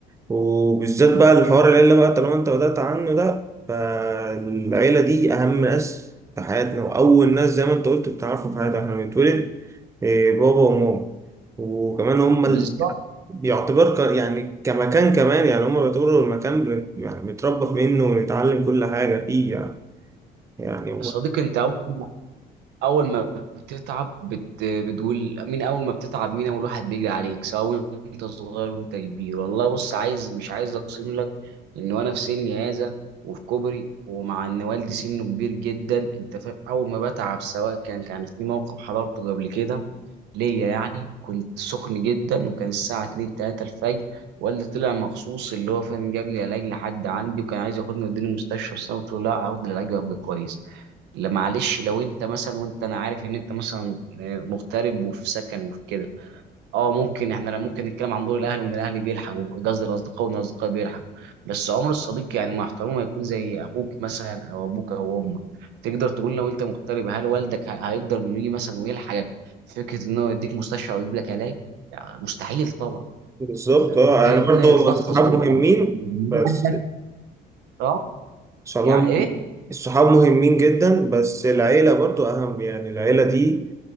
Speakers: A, on the right; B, on the right.
A: وبالذات بقى الحوار العيله بقى طالما انت بدأت عنه ده فالعيله دي اهم ناس في حياتنا واول ناس زي ما انت قلت بتعرفهم في حياتنا احنا بنتولد إيه، بابا وماما وكمان هم
B: بالظبط
A: ال- بيعتبر ك- يعني كمكان كمان يعني هم بيعتبروا المكان ب- يعني بنتربى منه ونتعلم كل حاجه فيه يعني يعني
B: يا صديقي انت اول اول ما بتتعب بت... بتقول مين اول ما بتتعب مين اول واحد بيجري عليك سواء انت صغير وانت كبير والله بص عايز مش عايز اقسم لك ان وانا في سني هذا وفي كبري ومع ان والدي سنه كبير جدا انت فاهم اول ما بتعب سواء كان كان في موقف حضرته قبل كده ليا يعني كنت سخن جدا وكان الساعه 2 3 الفجر والدي طلع مخصوص اللي هو فاهم جاب لي علاج لحد عندي وكان عايز ياخدني ويوديني المستشفى بس انا قلت له لا هاخد العلاج وابقى كويس لا معلش لو انت مثلا وانت انا عارف ان انت مثلا آه، مغترب وفي سكن وفي كده اه ممكن احنا لا ممكن نتكلم عن دور الاهل وان الاهل بيلحقوا قصدي الاصدقاء وان الاصدقاء بيلحقوا بس عمر الصديق يعني مع احترامه ما يكون زي اخوك مثلا او ابوك او امك تقدر تقول لو انت مغترب هل والدك ه- هيقدر انه يجي مثلا ويلحقك في فكره انه يديك مستشفى او يجيب لك علاج يعني مستحيل طبعا
A: بالظبط
B: انت فاهم؟
A: اه
B: فهنا
A: يعني برضو
B: يتلخص
A: الصحاب
B: دور
A: مهمين
B: الاهل <laughs>
A: بس
B: اه
A: الصحاب
B: يعني ايه
A: الصحاب مهمين جدا بس العيلة برضو أهم يعني العيلة دي